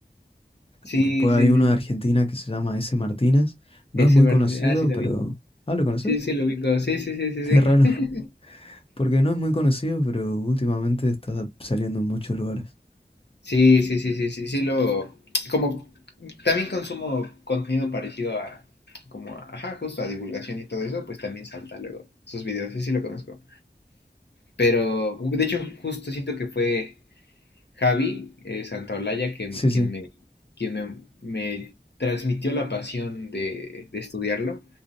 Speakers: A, on the left; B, on the left.
A: Sí,
B: Después
A: sí,
B: hay uno
A: sí.
B: de Argentina que se llama S. Martínez. No
A: Ese
B: es muy
A: Martín.
B: conocido,
A: Ah, sí, también.
B: pero... Ah, ¿lo conoces?
A: Sí, sí, lo ubico.
B: <laughs>
A: Sí, sí, sí, sí,
B: Qué
A: sí.
B: raro,
A: <laughs>
B: porque no es muy conocido, pero últimamente está saliendo en muchos lugares.
A: Sí, sí, sí, sí, sí, sí, lo... Como también consumo contenido parecido a, como, a- ajá, justo a divulgación y todo eso, pues también salta luego sus videos. Sí, sí, lo conozco. Pero, de hecho, justo siento que fue Javi eh, Santaolalla quien,
B: Sí,
A: quien
B: sí.
A: me, quien me, me transmitió la pasión de, de estudiarlo,